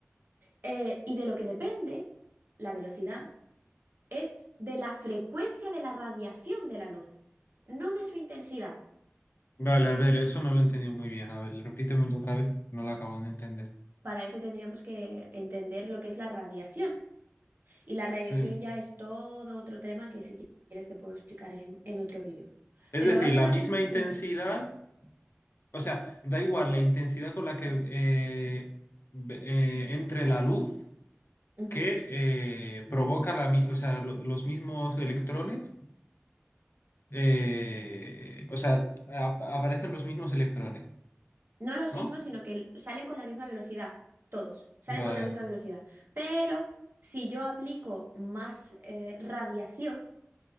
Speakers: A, on the right (about 50°); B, on the left (about 55°).
A: Eh, y de lo que depende la velocidad es de la frecuencia de la radiación de la luz, no de su intensidad.
B: Vale, a ver, eso no lo he entendido muy bien. A ver, repítemelo otra vez, no lo acabo de entender.
A: Para eso tendríamos que entender lo que es la radiación. Y la radiación
B: Sí.
A: ya es todo otro tema que si quieres te puedo explicar en, en otro vídeo.
B: Es
A: Pero
B: decir,
A: básicamente...
B: la misma intensidad.
A: mm,
B: O sea, da igual la intensidad con la que eh, ve- eh, entre la luz
A: ujú.
B: que eh, provoca la, mi- o sea, lo- los mismos electrones, eh,
A: sí.
B: o sea, ap- aparecen los mismos electrones,
A: no los
B: ¿no?
A: mismos, sino que salen con la misma velocidad, todos, salen
B: Vale.
A: con la misma velocidad. Pero si yo aplico más eh, radiación,